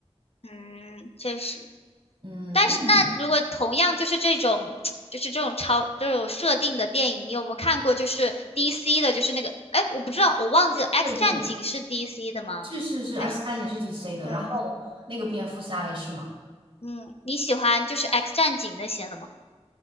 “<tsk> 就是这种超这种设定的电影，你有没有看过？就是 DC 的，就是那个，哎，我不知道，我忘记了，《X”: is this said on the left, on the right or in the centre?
Left